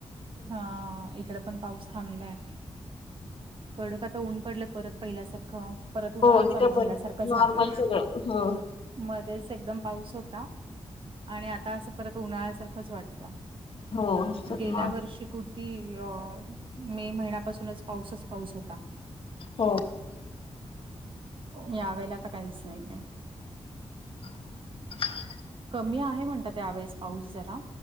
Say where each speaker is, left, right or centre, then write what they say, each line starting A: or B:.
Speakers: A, on the right; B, on the left.
A: हा, इकडे पण पाऊस. थांबलंय- कडक आता ऊन पडलं परत पहिल्यासारखं. परत उन्हाळा
B: हो इथं
A: चालू झाल्यासारखं
B: पण
A: झालंय.
B: नॉर्मल सगळं हो
A: मध्येच एकदम पाऊस होता आणि आता असं परत उन्हाळ्यासारखंच वाटतं.
B: हो नॉर्मल
A: गेल्या वर शिकृती अ मे महिन्यापासूनच पाऊसच पाऊस होता.
B: हो.
A: यावेेळेला आता काहीच नाही आहे.
B: <inaudible> <unintelligible>
A: कमी आहे म्हणतात त्यावेेळेस पाऊस जरा